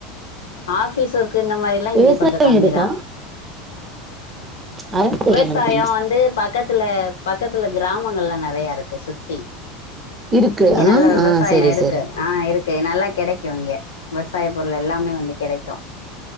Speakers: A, on the left; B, on the right.
A: ஆபிஸ் ஒர்க் இந்த மாரி ல்லா இங்க
B: விவசாயம்
A: கொஞ்சம் கம்மி
B: இருக்கா
A: தா
B: அதான் கேட்கிறேன்
A: விவசாயம்
B: நானு.
A: வந்து பக் பக்கத்துல பக்கத்துல கிராமங்கள்லாம் நிறைய இருக்கு சுத்தி
B: இருக்கு
A: இங்க
B: ஆ
A: நல்ல விவசாயம்
B: ஆ சரி
A: இருக்கு
B: சரி
A: ஆஹ் இருக்கு நல்லா கிடைக்கும் இங்க விவசாய பொருள் எல்லாமே வந்து கிடைக்கும்